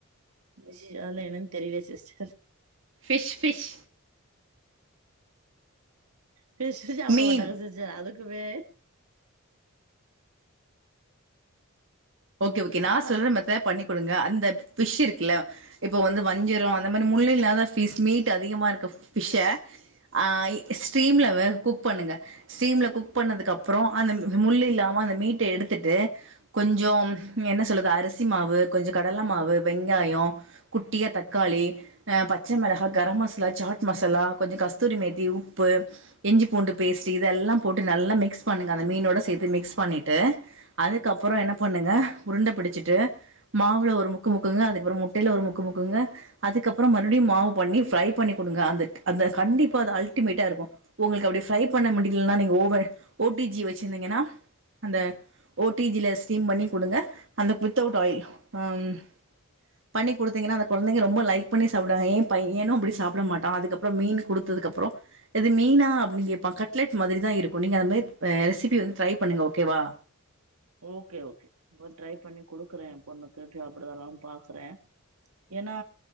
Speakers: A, on the right; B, on the right.
A: ஃபிஷ் ஆனா என்னன்னு தெரியல சிஸ்டர்
B: ஃபிஷ் ஃபிஷ்
A: ஃபிஷ் சாப்பட
B: மீன்
A: மாட்டாங்க சிஸ்டர் அதுக்குமே
B: ஓகே ஓகே நான்
A: அ-
B: சொல்கிற மெத்தெட்ல பண்ணி கொடுங்க அந்த ஃபிஷ் இருக்குல இப்ப வந்து வஞ்சரோ அந்த மாதிரி முள்ளில்லாத ஃபிஷ் மீட் அதிகமா இருக்குற ஃபிஷ்ஷ ஆ இ ஸ்ட்ரீம்லவ குக் பண்ணுங்க ஸ்டீம்ல குக் பண்ணதுக்கு அப்புறோ அந்த முள்ளு இல்லாம அந்த மீட்ட எடுத்துட்டு கொஞ்சோ என்ன சொல்லுது அரிசி மாவு கொஞ்சோ கடலை மாவு வெங்காயம் குட்டியா தக்காளி ஆ பச்ச மிளகாய் கரம் மசாலா சாட் மசாலா கொஞ்சோ கஸ்தூரி மேத்தி உப்பு இஞ்சி பூண்டு பேஸ்ட் இதெல்லா போட்டு நல்லா மிக்ஸ் பண்ணுங்க அந்த மீனோட சேத்து மிக்ஸ் பண்ணிட்டு அதுக்கப்புறோ என்ன பண்ணுங்க உருண்ட பிடிச்சிட்டு மாவுல ஒரு முக்கு முக்குங்க அதுக்கப்புறோ முட்டையில ஒரு முக்கு முக்குங்க அதுக்கப்புறோ மறுபடியு மாவு பண்ணி ஃப்ரை பண்ணி கொடுங்க அந்த அந்த கண்டிப்பா அது அல்டிமேட்டா இருக்கும் உங்களுக்கு அப்டி ஃரை பண்ண முடியலனா நீங்க ஓவ ஓ டி ஜி வச்சிருந்தீங்கன்னா அந்த ஓ டி ஜில ஸ்டீம் பண்ணி கொடுங்க அந்த வித் அவுட் ஆயில் ம் பண்ணி கொடுத்தங்கன்னா அந்த குழந்தைக ரொம்ப லைக் பண்ணி சாப்டுவங்க ஏ பையனு அப்டி சாப்பிட மாட்டான் அதுக்கப்புறோ மீன் குடுத்ததுக்கு அப்புறோ இது மீனா அப்டின்னு கேட்பான் கட்லட் மாரிதா இருக்கும் நீங்கள் அந்த மாதிரி ரெசிபி வந்து ட்ரை பண்ணங்க ஓகேவா
A: ஓகே ஓகே ட்ரை பண்ணி குடுக்குறேன் ஏ பொண்ணுக்கு சாப்பிடுவாளனு பாக்குறேன் ஏன்னா